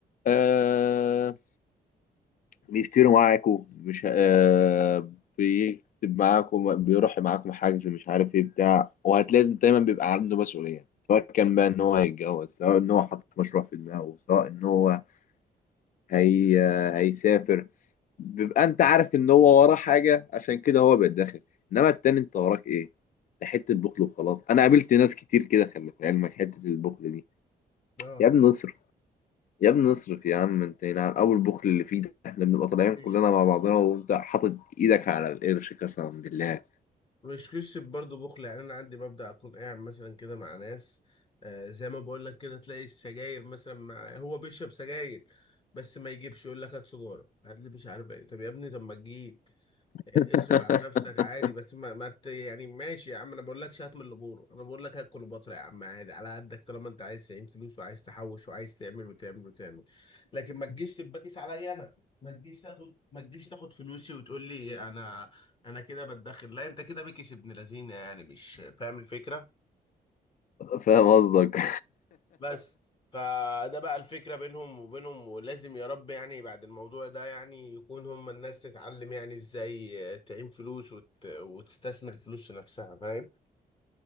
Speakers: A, on the left; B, on the left.
A: آه بيشتري معاكم مش آه بيكتب معاكم بيروح معاكم حاجز مش عارف ايه بتاع وهتلاقي دايما بيبقى عنده مسؤولية سواء كان بقى ان هو يتجوز سواء ان هو حاطط مشروع في دماغه سواء ان هو هي هيسافر بيبقى انت عارف ان هو وراه حاجه عشان كده هو بيتدخل انما التاني انت وراك ايه ده حته بخل وخلاص انا قابلت ناس كتير كده خلي في علمك حته البخل دي
B: اه
A: يا ابني اصرف يا ابني اصرف يا عم انت نعم اول بخل اللي فيه ده احنا بنبقى طالعين
B: ماشي
A: كلنا مع بعضنا وانت حاطط ايدك على القرش قسما بالله
B: مش قصة برضه بخل يعني أنا عندي ببدأ أكون قاعد مثلا كده مع ناس آه زي ما بقول لك كده تلاقي السجاير مثلا مع هو بيشرب سجاير بس ما يجيبش يقول لك هات سجارة هات لي مش عارف إيه طب يا ابني طب ما تجيب اصرف
A: <laughs>
B: على نفسك عادي بس ما, ما ت... يعني ماشي يا عم انا بقول لكش هات من البور انا بقول لك هات كليوباترا يا عم عادي على قدك طالما انت عايز تعين فلوس وعايز تحوش وعايز تعمل وتعمل وتعمل لكن ما تجيش تبقى كيس عليا انا ما تجيش تاخد ما تجيش تاخد فلوسي وتقول لي انا انا كده بتدخل لا انت كده بكيس ابن لذينه يعني مش فاهم الفكره
A: فاهم قصدك
B: بس فده بقى الفكرة بينهم وبينهم ولازم يا رب يعني بعد الموضوع ده يعني يكون هم الناس تتعلم يعني ازاي تعين فلوس وت... وتستثمر فلوس في نفسها فاهم